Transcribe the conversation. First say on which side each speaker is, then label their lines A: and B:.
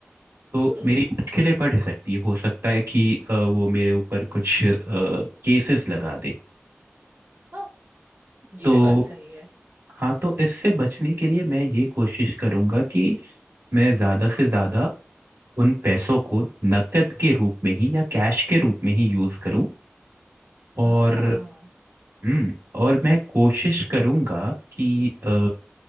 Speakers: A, on the right (about 80°); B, on the right (about 45°).
A: तो
B: हम्म
A: मेरी मुश्किलें बढ़ सकती है हो सकता है कि अ, वो मेरे ऊपर कुछ केसेस लगा दे
B: हाँ ये
A: तो
B: भी बात सही है
A: हाँ तो इससे बचने के लिए मैं ये कोशिश करूंगा कि मैं ज्यादा से ज्यादा उन पैसों को नकद के रूप में ही या कैश के रूप में ही यूज करूं और
B: हाँ
A: हम्म और मैं कोशिश करूंगा कि अ,